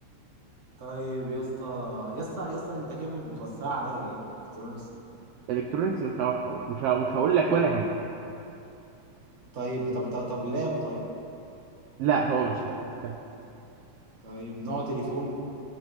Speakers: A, on the right; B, on the right.
A: طيب يا اسطى يا اسطى يا اسطى انت كده بتوسع عليا جامد الكترونكس دي
B: الكترونيكس من خمس حروف مش ه- مش هقول لك ولا هنا
A: طيب طب طب, طب لاب طيب
B: لا هو مش لا <coughs>
A: طيب نوع تليفون